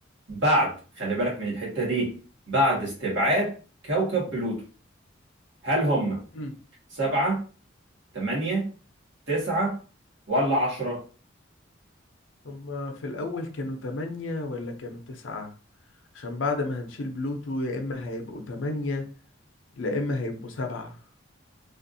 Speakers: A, on the right; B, on the left.
A: بعد خلي بالك من الحتة دي بعد استبعاد
B: مم.
A: كوكب بلوتو هل هم
B: مم.
A: سبعة تمانية تسعة ولا عشرة
B: هما في الأول كانوا تمانية ولا كانوا تسعة عشان بعد ما هنشيل بلوتو يا اما هيبقوا تمانية لا اما هيبقوا سبعة